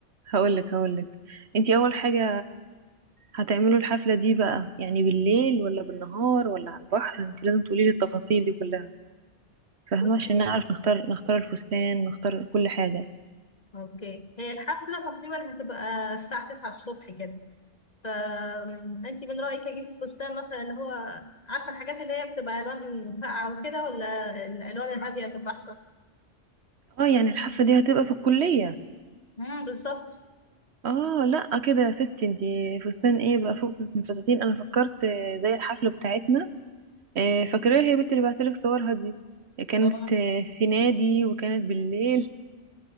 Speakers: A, on the right (about 65°); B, on the left (about 35°).
A: هقول لك هقول لك انت اول حاجه هتعملوا الحفله دي بقى يعني بالليل ولا بالنهار ولا على البحر انت لازم تقولي لي التفاصيل دي كلها فاهمه
B: بص
A: عشان نعرف نختار نختار الفستان نختار كل حاجه
B: اوكي هي الحفلة تقريبا هتبقى الساعة 9 الصبح كده فأنت من رأيك أجيب فستان مثلا اللي هو عارفة الحاجات اللي هي بتبقى ألوان فاقعة وكده ولا الألوان الهادية هتبقى أحسن؟
A: اه يعني الحفله دي هتبقى في الكليه
B: امم بالظبط
A: اه لا كده يا ستي انت فستان ايه بقى فوق من الفساتين انا فكرت زي الحفله بتاعتنا آه، فاكراها هي بنت اللي بعتلك صورها دي كانت
B: اه
A: آه، في نادي وكانت بالليل